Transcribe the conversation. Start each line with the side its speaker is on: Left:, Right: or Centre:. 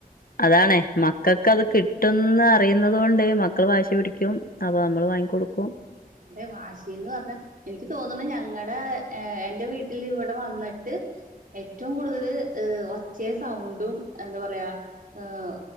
Left: അതാണെ മക്കക്ക് അത് കിട്ടുന്ന് അറിയന്നത് കൊണ്ട് മക്കള് വാശിപിടിക്കും അപ്പോ നമ്മള് വാങ്ങിക്കൊടുക്കും.
Right: അതെ വാശിന്ന് പറഞ്ഞ എനിക്ക് തോന്നണെ ഞങ്ങടെ എന്റെ വീട്ടിൽ ഇവടെ വന്നിട്ട് ഏറ്റോം കൂടുതല് ഏഹ് ഒച്ചേം സൗണ്ടും എന്താ പറയാ ഏഹ്